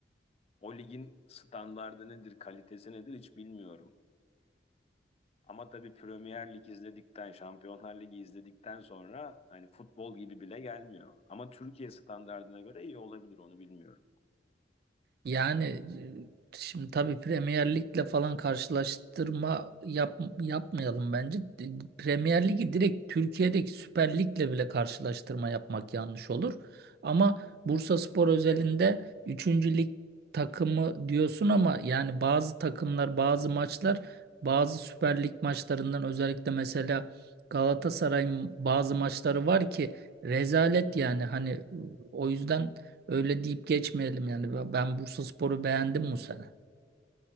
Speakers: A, on the left (about 35°); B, on the right (about 55°).
A: o ligin standardı nedir, kalitesi nedir hiç bilmiyorum. Ama tabii Premier Lig izledikten, Şampiyonlar Ligi izledikten sonra hani futbol gibi bile gelmiyor. Ama Türkiye standardına göre iyi olabilir onu bilmiyorum.
B: Yani e, şimdi tabii Premier Lig'le falan karşılaştırma yap, yapmayalım bence. D- Premier Lig'i direkt Türkiye'deki Süper Lig'le bile karşılaştırma yapmak yanlış olur. Ama Bursaspor özelinde üçüncü lig takımı diyorsun ama yani bazı takımlar, bazı maçlar bazı Süper Lig maçlarından özellikle mesela Galatasaray'ın bazı maçları var ki rezalet yani hani o yüzden Öyle deyip geçmeyelim yani. Ben Bursaspor'u beğendim bu sene.